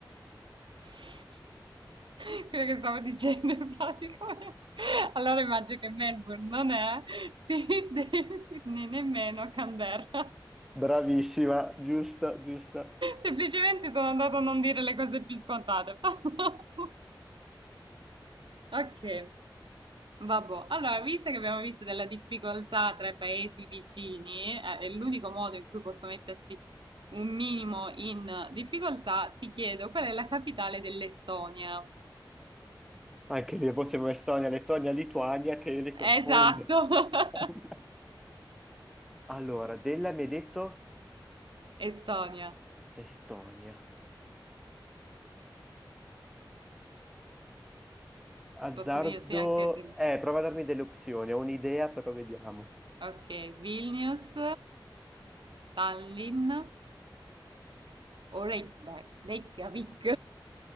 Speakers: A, on the right; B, in the centre.
A: <laughs> Quello che stavo dicendo in pratica. <laughs> Allora immagino che Melbourne non è Sydney, Sydney <laughs> nemmeno Canberra.
B: Bravissima, giusta, giusta.
A: Semplicemente sono andata a non dire le cose più scontate. <laughs> Ok, vabbè. Allora, visto che abbiamo visto della difficoltà tra i paesi vicini, eh, è l'unico modo in cui posso metterti un minimo in difficoltà, ti chiedo qual è la capitale dell'Estonia?
B: Anche lì, poi c'è Estonia, Lettonia, Lituania che le confonde.
A: Esatto. <laughs>
B: <laughs> Allora, della mi hai detto
A: Estonia,
B: Estonia. Azzardo...
A: posso dirti anche del...
B: Eh, prova a darmi delle opzioni, ho un'idea, però vediamo.
A: Ok, Vilnius, Tallinn o Reykjavik. Reykjavik.